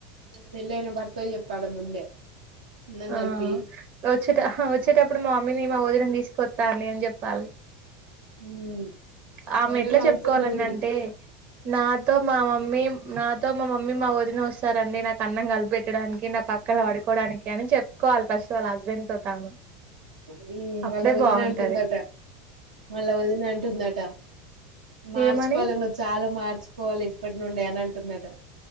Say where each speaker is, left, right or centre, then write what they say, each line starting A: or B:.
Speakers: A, on the right (about 75°); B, on the right (about 45°).
A: పెళ్లయ్యానా భర్తకు చెప్పాల ముందే అన్నం
B: ఆ
A: కలిపి
B: వచ్చేట వచ్చేటప్పుడు మా మమ్మీని మా వదిన తీసుకొస్తాను అని చెప్పాలి
A: ఉమ్
B: ఆమె
A: అదే
B: ఎట్లా
A: నవ్వుతున్నది
B: చెప్పుకోవాలన్నా అంటే నాతో మా మమ్మీ నాతో మా మమ్మీ మా వదిన వస్తారండి నాకు అన్నం కలిపి పెట్ట డానికి నా పక్కన పడుకోవడానికి అని చెప్పుకోవాలి ఫస్ట్ వాళ్ళ హస్బెండ్ తో తాను
A: ఉమ్
B: అప్పుడే
A: వాళ్ళ వదిన
B: బాగుంటాది
A: అంటుందట వాళ్ళ వదిన అంటుందట మార్చుకోవాలి
B: ఏమని
A: నువ్వు చాలా మార్చుకోవాలి ఇప్పటి నుండే అని అంటుందట